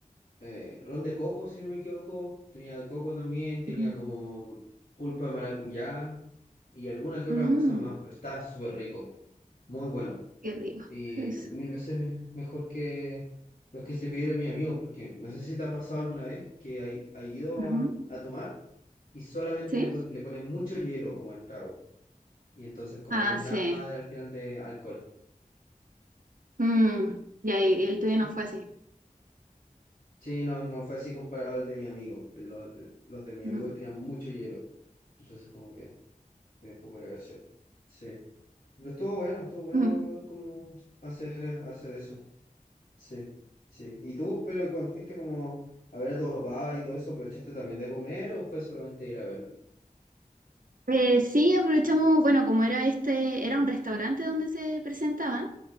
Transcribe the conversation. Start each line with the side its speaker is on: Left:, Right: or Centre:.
Left: eh, ron de coco, si no me equivoco. Tenía coco también, tenía
Right: Ujú.
Left: como pulpa de maracuyá y alguna que otra
Right: Mm,
Left: cosa más, pero estaba súper rico, muy bueno.
Right: qué rico.
Left: Y
Right: Entonces,
Left: mil veces mejor que los que se pidieron mis amigos, porque no sé si te ha pasado alguna vez que hay, hay ido
Right: ujú.
Left: a, a tomar y solamente
Right: ¿Sí?
Left: le, pon- le ponen mucho hielo como al trago. Y entonces como
Right: Ah,
Left: que no es nada
Right: sí.
Left: al final de alcohol.
Right: Mm, ya, y el tuyo
Left: Sí.
Right: no fue así.
Left: Sí, no, no fue así comparado al de mi amigo. Lo- los de mis
Right: Ujú.
Left: amigos tenían mucho hielo. Entonces como que tenía poco de gracia. Sí. Pero estuvo bueno, estuvo bueno
Right: Ujú.
Left: como hacer, hacer eso. Sí, sí. ¿Y tú, pero cuando fuiste como a ver a tu papá y todo eso, aprovechaste también de comer o fue solamente ir a verlo?
Right: Eh, sí, aprovechamos, bueno, como era este, era un restaurante donde se presentaban,